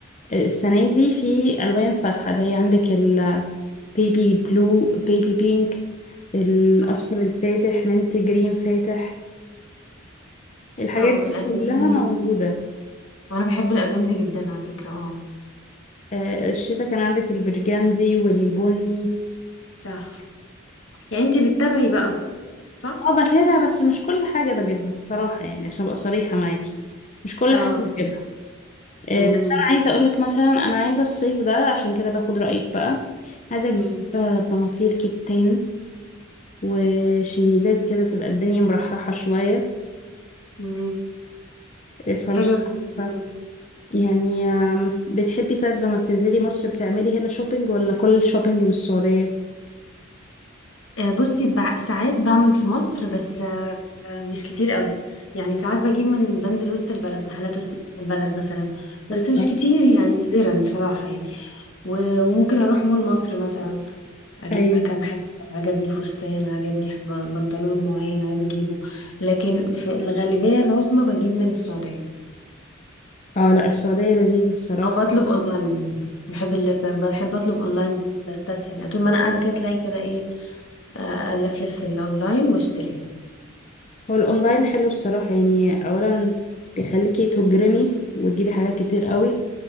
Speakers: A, on the left (about 35°); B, on the left (about 75°).
A: السنة دي في ألوان فاتحة زي عندك البيبي بلو بيبي بينك الأصفر
B: صح صح
A: الفاتح منت جرين فاتح الحاجات
B: اه
A: دي
B: الالوان
A: كلها
B: دي
A: موجودة
B: وانا بحب الالوان دي جدا على فكرة اه
A: آه، الشتا كان عندك البرجندي والبني
B: صح يعني انتي بتتابعي بقى صح
A: اه بتابع بس مش كل حاجة بجيبها الصراحة يعني عشان أبقى صريحة معاكي مش كل
B: اه
A: حاجة بجيبها آه،
B: امم
A: بس أنا عايزة أقولك مثلا أنا عايزة الصيف ده عشان كده باخد رأيك بقى عايزة أجيب
B: امم
A: آه، بناطيل كتان وشيميزات كده تبقى الدنيا مرحرحة شوية
B: امم
A: فمش
B: حلو الفكرة
A: عارفة.
B: دي.
A: يعني آم، بتحبي طيب لما بتنزلي مصر بتعملي هنا شوبينج ولا كل الشوبينج من السعودية؟
B: آه، بصي بع... ساعات بعمل في مصر بس آه، آه، مش كتير قوي يعني ساعات بجيب من بنزل وسط البلد محلات وسط البلد مثلا
A: حلو.
B: بس مش كتير يعني نادرا بصراحة يعني و... وممكن اروح مول مصر مثلا اجيب
A: ايوه
B: كام حاجه عجبني فستان عجبني ح- بنطلون معين عايزه اجيبه لكن في الغالبيه العظمى بجيب من السعوديه
A: اه لا السعودية لذيذة الصراحة
B: او بطلب اونلاين يعني بحب اللي ب- بحب اطلب اونلاين بستسهل يعني طول ما انا قاعده كده تلاقي كده ايه آه، الفلف في الاونلاين واشتري
A: هو الأونلاين حلو الصراحة يعني أولا بيخليكي تجرمي وتجيبي حاجات كتير قوي